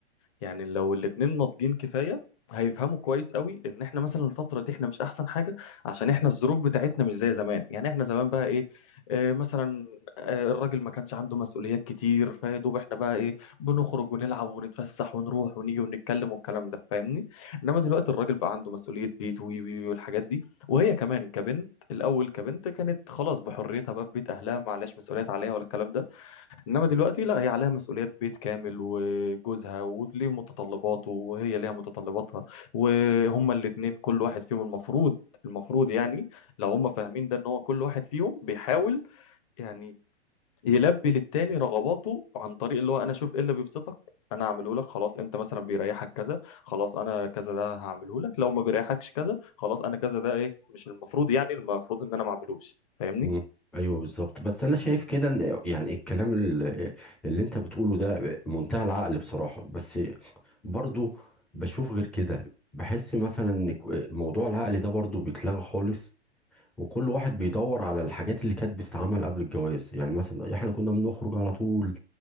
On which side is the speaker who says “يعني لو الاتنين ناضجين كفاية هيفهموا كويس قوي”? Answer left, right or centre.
Left